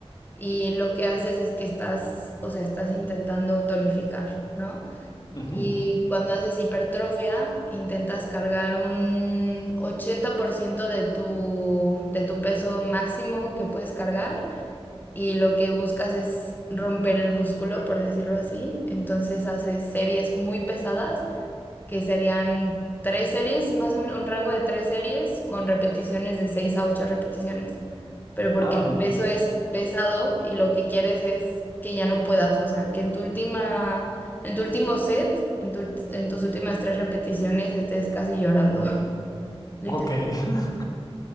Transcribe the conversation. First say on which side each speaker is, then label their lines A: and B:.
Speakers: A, on the left (about 20°); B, on the left (about 40°).
A: y lo que haces es que estás, o sea, estás intentando tonificar, ¿no?
B: ujú.
A: Y cuando haces hipertrofia, intentas cargar un 80% de tu, de tu peso máximo que puedes cargar y lo que buscas es romper el músculo, por decirlo así. Entonces haces series muy pesadas, que serían tres series, más o menos un rango de tres series con repeticiones de 6 a 8 repeticiones pero porque
B: Ah,
A: el peso es pesado y lo que quieres es que ya no puedas, o sea, que en tu última, en tu último set, en tu- en tus últimas tres repeticiones estés casi llorando, <laughs> literal.
B: ok. <laughs>